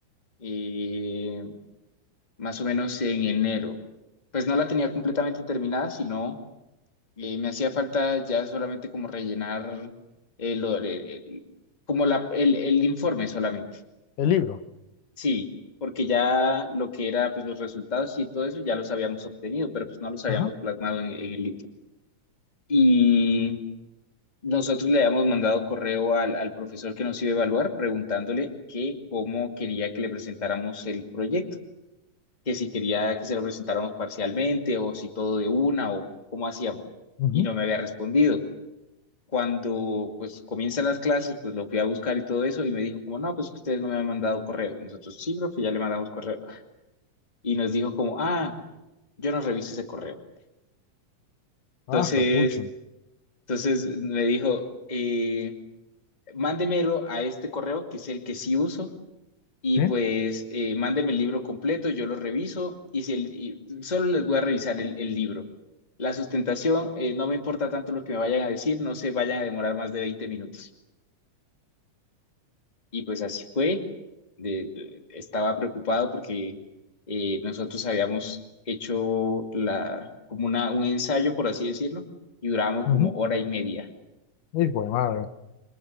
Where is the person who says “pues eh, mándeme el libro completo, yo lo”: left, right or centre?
Left